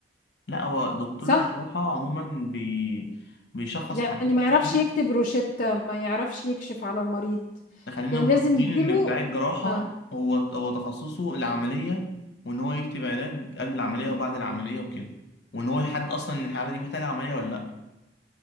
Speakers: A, on the left; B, on the left.
A: لا هو دكتور
B: صح
A: الجراحة عموما بي... بيشخص
B: يعني
A: حالات
B: ما
A: كتير
B: يعرفش يكتب روشتة ما يعرفش يكشف على المريض
A: خلينا
B: يعني
A: متفقين
B: لازم يجيله
A: إن بتاع الجراحة
B: آه.
A: هو هو تخصصه العملية وإن هو يكتب علاج قبل العملية وبعد العملية وكده وإن هو يحدد أصلا إن الحالة دي محتاجة عملية ولا لأ